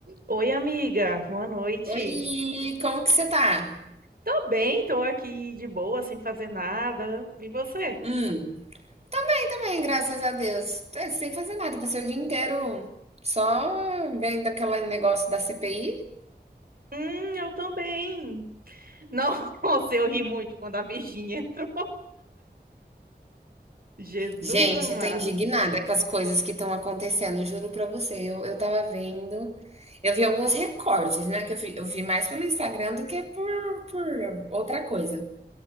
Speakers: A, on the right; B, on the right.
A: Oi, amiga, boa noite.
B: Oi, como que você tá?
A: Tô bem, tô aqui de boa, sem fazer nada. E você?
B: Hum. Bem também, graças a Deus. Tô Sem fazer nada, passei o dia inteiro só vendo aquele negócio da CPI.
A: Hum, eu também. <laughs> Nossa, eu ri muito quando a Virgínia entrou. Jesus
B: Gente,
A: amado.
B: eu tô indignada com as coisas que estão acontecendo, juro pra você. Eu, eu tava vendo, eu vi alguns recortes, né? Que eu vi, eu vi mais pelo Instagram do que por, por outra coisa.